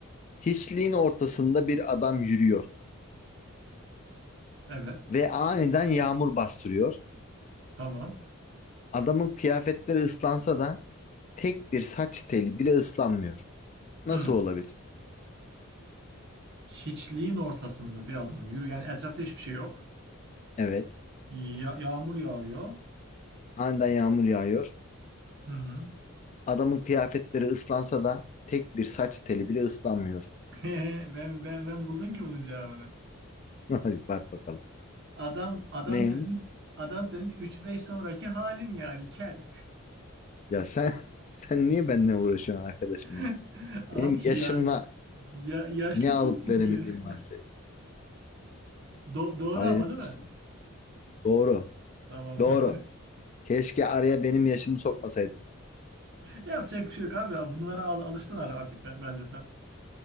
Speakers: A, on the left; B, on the right.
A: Hiçliğin ortasında bir adam yürüyor
B: Evet.
A: ve aniden yağmur bastırıyor.
B: Tamam.
A: Adamın kıyafetleri ıslansa da tek bir saç teli bile ıslanmıyor. Nasıl
B: Hmm.
A: olabilir?
B: Hiçliğin ortasında bir adam yürü. Yani etrafta hiçbir şey yok.
A: Evet,
B: Ya- yağmur yağıyor.
A: aniden yağmur yağıyor.
B: Hı hı.
A: Adamın kıyafetleri ıslansa da tek bir saç teli bile ıslanmıyor.
B: <laughs> Ben ben ben buldum ki bunun cevabını.
A: <laughs> Ay, Bak bakalım.
B: Adam adam
A: Neymiş?
B: senin adam senin üç beş sonraki halin yani kel.
A: Ya sen <laughs> sen niye benimle uğraşıyorsun arkadaşım
B: <laughs>
A: ya?
B: Abi
A: Benim yaşımla
B: ya, ya yaşlısın
A: ne alıp
B: çünkü.
A: veremediğim var senin.
B: Do- doğru
A: Hayret
B: ama değil mi?
A: bir şey. Doğru.
B: Tamam.
A: Doğru.
B: <laughs>
A: Keşke araya benim yaşımı sokmasaydın.
B: Yapacak bir şey yok abi. Bunlara al alıştın artık ben- bence sen.